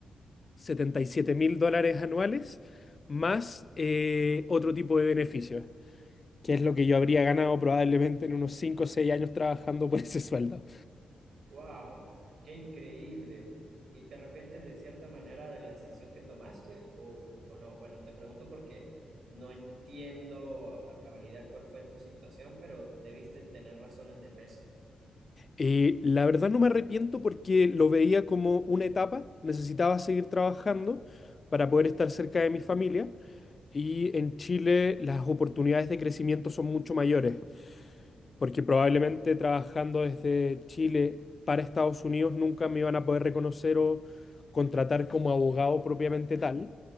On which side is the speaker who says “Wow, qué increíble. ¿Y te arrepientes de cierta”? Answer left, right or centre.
Right